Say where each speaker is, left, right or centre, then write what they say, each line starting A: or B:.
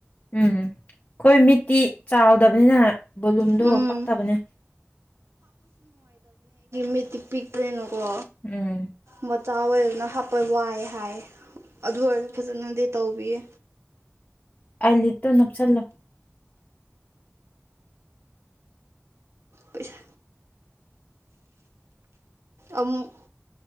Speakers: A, on the left; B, on the right.
A: ꯎꯝ ꯑꯩꯈꯣꯏ ꯃꯤꯠ ꯇꯤ ꯆꯥꯎꯗꯕꯅꯤꯅ ꯕꯣꯂꯨꯝꯗꯣ
B: ꯎꯝ
A: ꯄꯛꯇꯕꯅꯦ
B: ꯃꯤꯇꯤ ꯄꯤꯛꯄꯅꯤꯅ ꯀꯣ
A: ꯎꯝ
B: ꯃ <unintelligible> ꯆꯥꯎꯋ‌ꯦꯅ ꯍꯥꯞꯄ ꯋꯥꯏ ꯍꯥꯏ ꯑꯗꯨ ꯑꯣꯏꯔꯁꯨ ꯐꯖꯅꯗꯤ ꯇꯧꯕꯤꯌꯦ
A: ꯑꯥꯏ ꯂꯤꯠꯇꯣ ꯅꯞꯁꯜꯂꯣ
B: ꯄꯩꯁꯥ ꯑꯃꯨꯛ